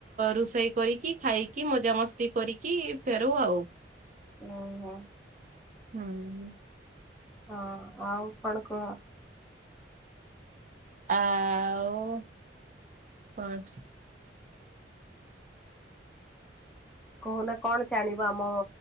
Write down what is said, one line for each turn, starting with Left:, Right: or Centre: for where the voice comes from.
Right: ରୋଷେଇ କରିକି ଖାଇକି, ମଜାାମସ୍ତି କରିକି ଫେରୁ ଆଉ
Centre: ଓ ହୋ।
Right: ହୁଁ।
Centre: ହଁ ଆଉ କଣ କୁହ।
Right: ଆଉ ପାଞ୍ଚ।
Centre: କହୁନା କଣ ଜାଣିବ ଆମ